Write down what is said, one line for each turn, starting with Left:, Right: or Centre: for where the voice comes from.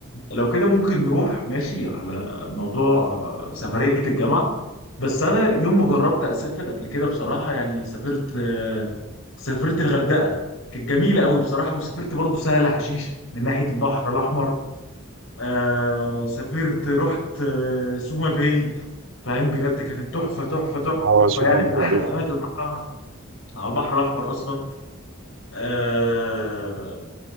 Left: لو كده ممكن نروح ماشي على موضوع سفرية الجامعة بس أنا يوم ما جربت أسافر قبل كده بصراحة يعني سافرت آه، سافرت الغردقة كانت جميلة قوي بصراحة وسافرت برضو سهل حشيش من ناحية البحر الأحمر آه سافرت رحت آه سوما باي فاهم بجد كانت تحفة تحفة
Right: ما هو
Left: تحفة
Right: سوق
Left: يعني
Right: موجود
Left: من أحلى
Right: عارف
Left: الأماكن اللي رحتها على البحر الأحمر أصلا آه